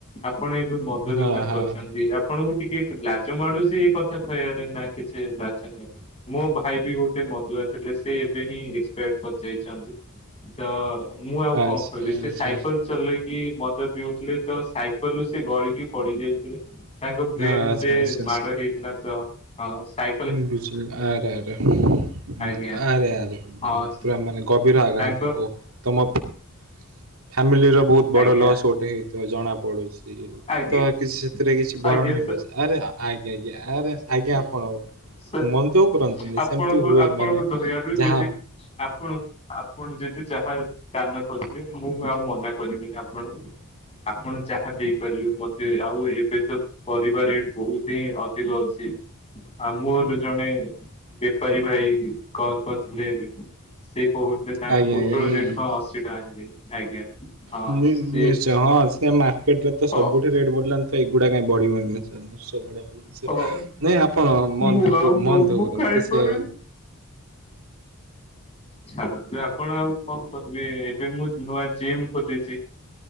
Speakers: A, on the left; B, on the right.
A: ଆପଣ ଏବେ ମଦ ଦୋକାନକରିଛନ୍ତି
B: ହଁ ହଁ
A: ଆପଣଙ୍କୁ ଟିକେ ଲାଜ ମାଡୁଚି ଏ କଥା କହିବାରେ ନାଇଁ କିଛି ଲାଜ ନାଇଁ ମୋ ଭାଇ ବି ଗୋଟେ ମଦୁଆ ଥିଲେ ସେ ଏବେ ହିଁ ଏକ୍ସପେଡ କରିଯାଇଛନ୍ତି ତ ମୁଁ ଆଉ
B: ଆଚ୍ଛା
A: କଣ କହିବି
B: ଆଚ୍ଛା।
A: ସେ ସାଇକେଲ ଚଲେଇ କି ମଦ ପିଉଥିଲେ ତ ସାଇକେଲ ରୁ ସେ ଗଳିକି ପଡି ଯାଇଥିଲେ। ତାଙ୍କ ବ୍ରେନରେ
B: ଆଚ୍ଛା ଆଚ୍ଛା
A: ମାଡ ହେଇଥିଲା ତ ହଁ ସାଇ
B: ହୁଁ ବୁଝିଲି ଆରେ ଆରେ ହୁଁ
A: ଆଜ୍ଞା
B: ଆରେ ଆରେ।
A: ହଁ
B: ପୁରା ମାନେ ଗଭୀର ଆଘାତ
A: ତାଙ୍କ
B: ଓ ତମ ଫ୍ୟାମିଲିର ବହୁତ ବଡ଼
A: ଆଜ୍ଞା
B: ଲସ୍ ଗୋଟେ ହେଇଥିବ ଜଣା ପଡ଼ୁଚି
A: ଆଜ୍ଞା
B: ତ ସେଥିରେ କିଛି ଭରଣ
A: ଆଜ୍ଞା
B: ହେଇପାରିଚି ଆରେ ଆଜ୍ଞା ଆଜ୍ଞା ଆରେ
A: ସାର୍
B: ଆଜ୍ଞା ଆପଣ
A: ସାର୍
B: ମନ ଦୁଃଖ କରନ୍ତୁନି
A: ଆପଣଙ୍କୁ
B: ସେମିତି ହୁଏ
A: ଆପଣଙ୍କ
B: ମାନେ
A: ଦୟାରୁ
B: ଯାହା
A: ଯଦି ଆପଣ ଆପଣ ଯଦି ଯାହା ଦାନ କରିବେ ମୁଁ ଆଉ ମନା କରିବିନି ଆପଣଙ୍କୁ? ଆପଣ ଯାହା ଦେଇପାରିବେ ମତେ ଆଉ ଏବେ ତ ପରିବା ରେଟ ବହୁତ ହିଁ ଅ ଅଧିକ ଅଛି ଆଉ ମୋର ଜଣେ ବେପାରୀ ଭାଇ କଲ କରିଥିଲେ ଏବେ। ସେ କହୁଥିଲେ ତାଙ୍କର
B: ଆଜ୍ଞା
A: ପୋଟଳ
B: ଆଜ୍ଞା ନାଇଁ।
A: ରେଟ କଣ ଅଶୀ ଟଙ୍କା ହେଇଯାଇଚି ଆଜ୍ଞା। ହଁ
B: ହୁଁ
A: ସେ
B: ନିଶ୍ଚୟ ହଁ ସେ ମାର୍କେଟରେ ତ
A: ହଁ
B: ସବୁଠୀ ରେଟ ବଢିଲାନି ତ ଏଗୁଡା କାଇଁ ବଢି <inaudible> ନାଇଁ
A: ହଁ
B: ଆପଣ ମନ
A: ମୁଁ
B: ଦୁକ୍
A: ଆଉ
B: କର
A: ମୋମୋ
B: ମନ ଦୁକ୍ କରନ୍ତୁ
A: ଖାଇପାରୁନି।
B: ସେ
A: ଛାଡ଼ନ୍ତୁ ଆପଣ ଆଉ କଣ କରିବେ ଏବେ ମୁଁ ନୂଆ ଜିମ୍ ଖୋଲିଚି।